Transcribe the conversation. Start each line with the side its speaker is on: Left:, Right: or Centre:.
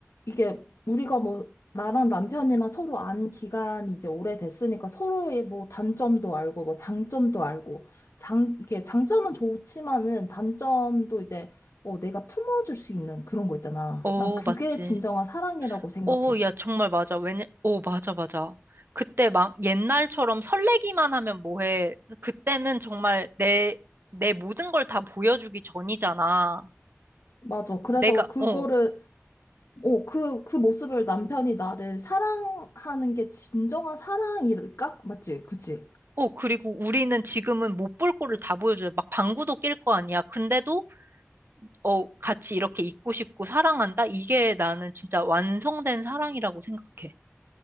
Left: 이게 우리가 뭐 나랑 남편이랑 서로 안 기간이 이제 오래됐으니까 서로의 뭐 단점도 알고 뭐 장점도 알고 장 이게 장점은 좋지만은 단점도 이제 어 내가 품어줄 수 있는 그런 거 있잖아.
Right: 어,
Left: 난 그게
Right: 맞지.
Left: 진정한 사랑이라고 생각해.
Right: 오, 야, 정말 맞아. 왜냐, 오, 맞아, 맞아. 그때 막 옛날처럼 설레기만 하면 뭐해. 그때는 정말 내, 내 모든 걸 다 보여주기 전이잖아.
Left: 맞아. 그래서
Right: 내가,
Left: 그거를
Right: 어,
Left: 어 그 그 모습을 남편이 나를 사랑하는 게 진정한 사랑일까? 맞지? 그치?
Right: 어, 그리고 우리는 지금은 못 볼 거를 다 보여줘요. 막 방구도 낄 거 아니야. 근데도, 어, 같이 이렇게 있고 싶고 사랑한다? 이게 나는 진짜 완성된 사랑이라고 생각해.